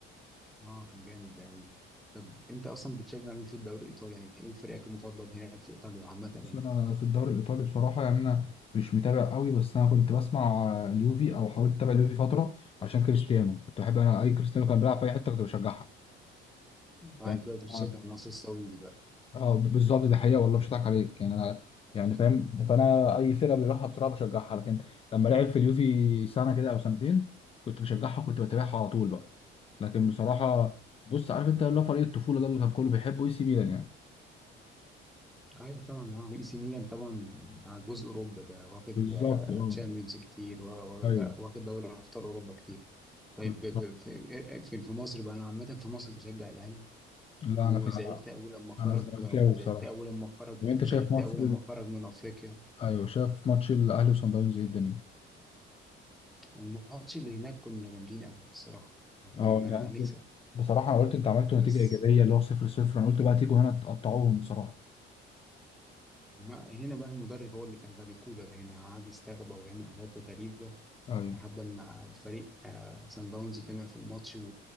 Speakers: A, in the centre; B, on the left (about 25°).
A: اه كان جامد ده قوي طب انت اصلا بتشجع مين في الدوري الايطالي يعني ايه فريقك المفضل هناك في ايطاليا عامة يعني؟
B: بص أنا في الدوري الإيطالي بصراحة يعني أنا مش متابع قوي بس أنا كنت بسمع آه، اليوفي أو حاولت أتابع اليوفي فترة عشان كريستيانو كنت بحب أنا أي كريستيانو كان بيلعب في أي حتة كنت بشجعها
A: اه
B: فاهم
A: انت دلوقتي بتشجع النصر السعودي دلوقتي
B: اه ب- بالظبط دي حقيقه والله مش هضحك عليك يعني انا يعني فاهم فانا اي فرقه بيروحها بصراحه بشجعها لكن لما لعب في اليوفي سنه كده او سنتين كنت بشجعها كنت بتابعها على طول بقى لكن بصراحه بص عارف انت اللي هو فريق الطفوله ده اللي كان كله بيحبه اي سي ميلان يعني
A: ايوه طبعا اه اي سي ميلان طبعا على جزء اوروبا ده واخد
B: بالظبط اه
A: تشامبيونز كتير وا- وا-
B: ايوه
A: ده واخد دوري ابطال اوروبا كتير طيب
B: بالظبط.
A: ب- ب- في آه، في في مصر بقى انا عامه في مصر بشجع الاهلي
B: لا
A: وزعلت
B: انا فعلا
A: اول لما خرج
B: انا زملكاوي
A: وزعلت
B: بصراحه
A: اول لما خرج
B: طب انت
A: زعلت
B: شايف ماتش
A: اول
B: ال...
A: لما خرج من افريقيا
B: ايوه شايف ماتش الاهلي وصن داونز ايه الدنيا
A: الماتش اللي هناك كنا جامدين قوي الصراحه وكنا
B: اه انت عملته-
A: هنكسب
B: بصراحه انا قلت انت عملت
A: وبس
B: نتيجه ايجابيه اللي هو 0 0 انا قلت بقى تيجوا هنا تقطعوهم بصراحه
A: ما هنا بقى المدرب هو اللي كان غبي كولر هنا قعد يستغبى ويعمل حاجات غريبه
B: ايوه
A: لحد ما الفريق آه، سان داونز طمع في الماتش و-